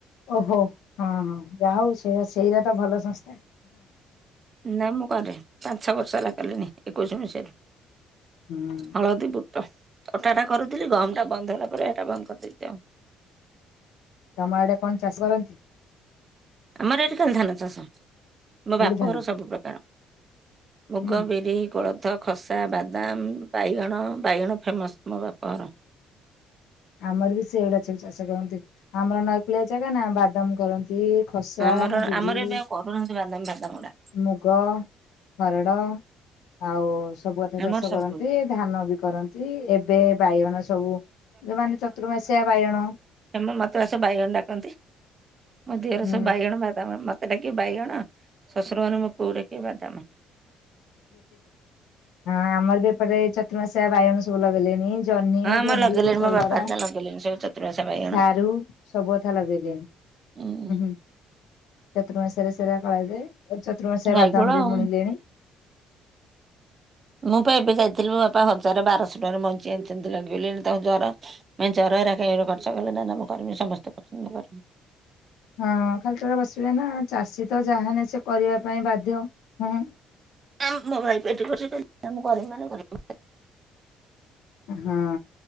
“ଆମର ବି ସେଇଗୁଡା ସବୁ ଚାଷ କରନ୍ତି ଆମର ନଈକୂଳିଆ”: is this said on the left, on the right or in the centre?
Left